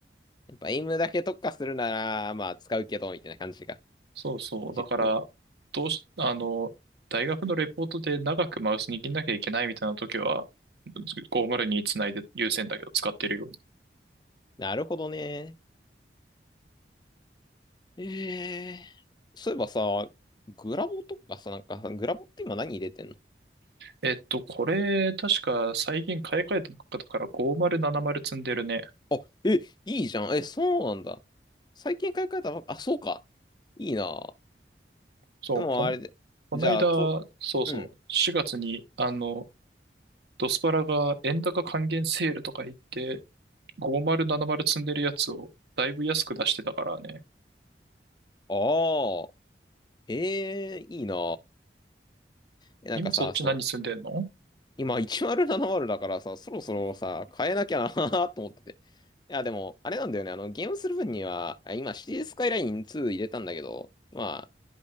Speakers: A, on the left; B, on the right.
A: やっぱエイムだけ特化するなら、まあ、使うけど、みたいな感じが。
B: そうそう。
A: G
B: だから、
A: プロ。
B: どうし、あの、大学のレポートで長くマウス握んなきゃいけないみたいな時は、5 0につないで優先だけど使ってるよ。
A: なるほどね。ええそういえばさ、グラボとかさ、なんかさ、グラボって今何入れてんの
B: えっと、これ、確か最近買い替えたばっかだから5070積んでるね。
A: あ、え、いいじゃん。え、そうなんだ。最近買い替えたばっか、あ、そうか。いいな。
B: そう、
A: でもあれで、
B: こん、こないだ、
A: じゃあ、と、
B: そうそう、
A: うん。
B: 4月に、あの、ドスパラが円高還元セールとか言って、5070積んでるやつをだいぶ安く出してたからね。
A: ああ、ええいいな。え、なんかさ、
B: 今そっち何積んでんの
A: そう、今1070だからさ、そろそろさ、変えなきゃな <laughs> と思ってて。いや、でも、あれなんだよね。あの、ゲームする分には、あ今、シティスカイライン2入れたんだけど、ま